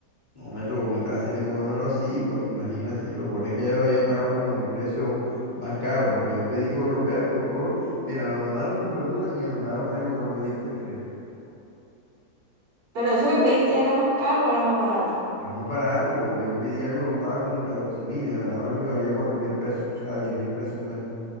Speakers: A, on the left; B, on the right.
A: No me tocó quitárselo y comérmelo así, porque imagínate. Y lo peor es que ya yo lo había pagado como el precio más caro, porque yo pedí fue otro perro. Lo peor, mira, me lo mandaron con verdura y me mandaron algo que no pedí, puedes creer.
B: Pero eso que pediste era más caro o era más barato.
A: Era más barato, yo pedí algo que costaba como catorce mil y me mandaron algo que valía cuatro mil pesos, o sea, diez mil pesos menos.